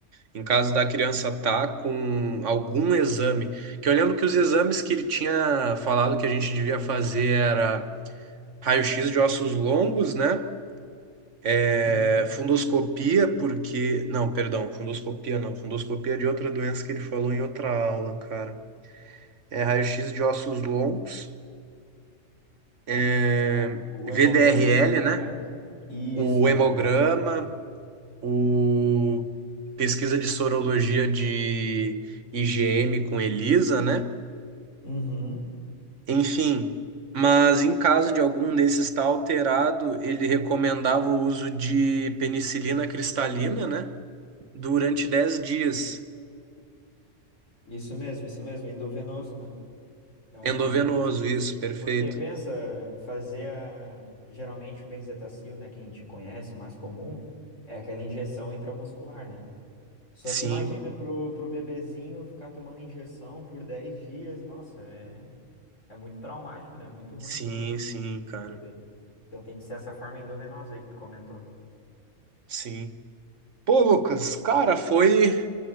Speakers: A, on the right; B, on the left.
A: Em caso da criança tá com algum exame, que eu lembro que os exames que ele tinha falado que a gente devia fazer era raio-x de ossos longos, né? É,
B: Uhum.
A: fundoscopia, porque. Não, perdão, fundoscopia não. Fundoscopia é de outra doença que ele falou em outra aula, cara. É raio-x de ossos longos, é,
B: O,
A: VDRL,
B: o hemograma, né, completo.
A: né?
B: Isso.
A: O hemograma,
B: VDRL.
A: o pesquisa de sorologia de IgM com ELISA, né?
B: Uhum.
A: Enfim, mas em caso de algum desses estar alterado, ele recomendava o uso de penicilina cristalina, né? Durante 10 dias.
B: Isso mesmo, isso mesmo, endovenoso, né? Não.
A: Endovenoso, isso, perfeito.
B: Porque pensa, fazer a, geralmente o benzetacil, né, que a gente conhece, o mais comum, é aquela injeção intramuscular, né? Só
A: Sim,
B: que imagina pro, pro bebezinho ficar tomando injeção por 10 dias, nossa, é, é muito traumático, né? Muito ruim
A: sim,
B: pro,
A: sim,
B: pro,
A: cara.
B: pro bebê. Então tem que ser essa forma endovenosa aí que tu comentou.
A: Sim. Pô, Lucas, cara, foi